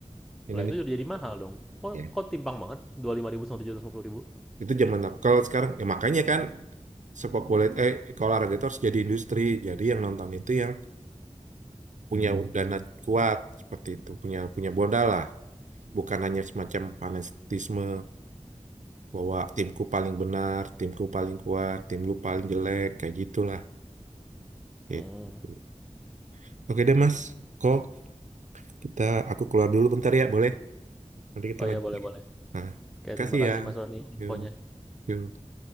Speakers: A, on the right; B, in the centre.
A: Indonesia.
B: Lah itu jadi jadi mahal dong. Kok,
A: Ya.
B: kok timpang banget? dua puluh lima ribu sama 750.000.
A: Itu zaman aku. Kalau sekarang, ya makanya kan sepak bola, eh, kalau olahraga itu harus jadi industri. Jadi yang nonton itu yang punya dana kuat seperti itu punya punya modal lah bukan hanya semacam fanatisme bahwa timku paling benar timku paling kuat tim lu paling jelek kayak gitulah gitu.
B: Hmm.
A: oke deh mas kok kita aku keluar dulu bentar ya boleh nanti kita
B: Oh
A: lanjut
B: ya, boleh-boleh.
A: lagi nah
B: Oke,
A: kasih
B: terima kasih
A: ya
B: Mas Roni infonya.
A: yuk yuk